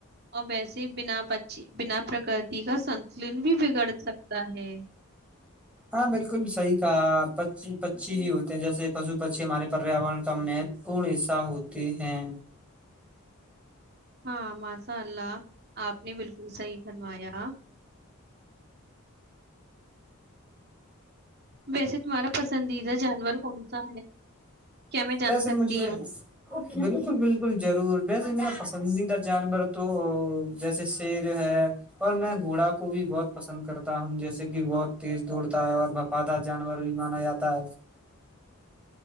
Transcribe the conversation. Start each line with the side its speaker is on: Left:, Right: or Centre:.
Right: اور ویسے ہی بنا پچ بنا پرکتی کا سنتلن بھی بگڑ سکتا ہے
Centre: ہاں بالکل صحیح کہا پ پچی ہی ہوتے ہیں جیسے پشو پچی ہمارے پریاورن کا مہتو پورن حصہ ہوتے ہیں
Right: ہاں مسء ال آپ نے بالکل صحیح فرمایا ویسے تمہارا پسندیدہ جانور کون سا ہے کیا میں جان
Centre: ویسے
Right: سکتی
Centre: مجھے
Right: ہوں
Centre: بالکل بالکل ضرور ویسے میرا پسند پسندیدہ جانور تو جیسے شیر ہے اور میں گھوڑا کو بھی بہت پسند کرتا ہوں جیسے کہ بہت تیز دوڑتا ہے اور بفادار جانور بھی مانا جاتا تاج